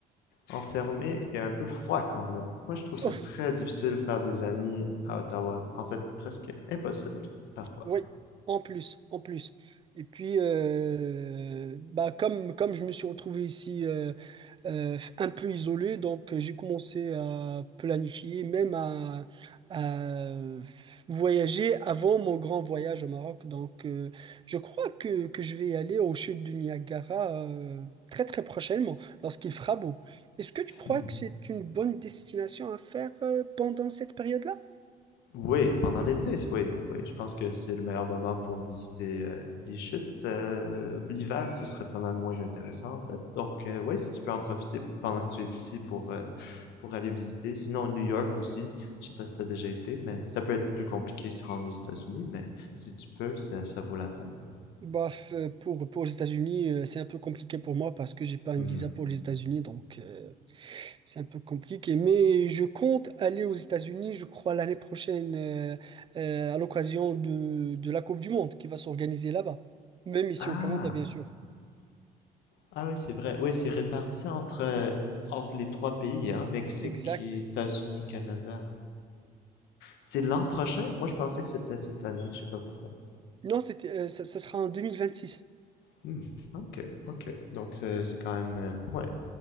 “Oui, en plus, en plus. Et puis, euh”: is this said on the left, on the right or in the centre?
Right